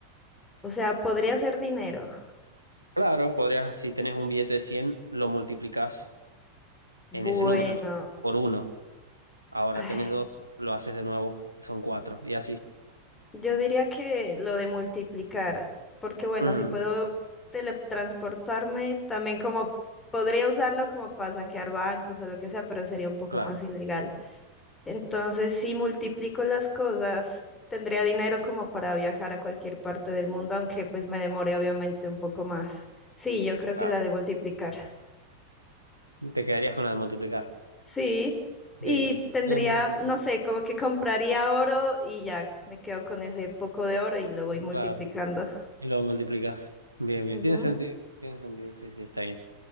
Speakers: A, on the left; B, on the right.
A: o sea, podría ser dinero.
B: Claro, podrías, si tenés un billete de 100, lo multiplicas
A: Bueno,
B: en ese número, ¿no? Por uno. Ahora
A: ay,
B: tenés dos, lo haces de nuevo, son cuatro, y así.
A: yo diría que lo de multiplicar, porque bueno,
B: Ujú,
A: si puedo teletransportarme, también como podría usarlo como para saquear bancos o lo que sea, pero sería un poco
B: claro,
A: más ilegal. Entonces, si multiplico las cosas, tendría dinero como para viajar a cualquier parte del mundo, aunque pues me demore obviamente un poco más. Sí, yo creo
B: claro.
A: que la de multiplicar.
B: Te quedarías con la de multiplicar.
A: Sí, y
B: Bien.
A: tendría,
B: Bien, bien, tiene
A: no
B: sentido.
A: sé, como que compraría oro y ya me quedo con ese poco de oro y lo voy multiplicando.
B: Claro. Y lo multiplicas. Bien, bien.
A: Ujú.
B: Tiene sentido. Tiene sentido. Sí, sí, está bien.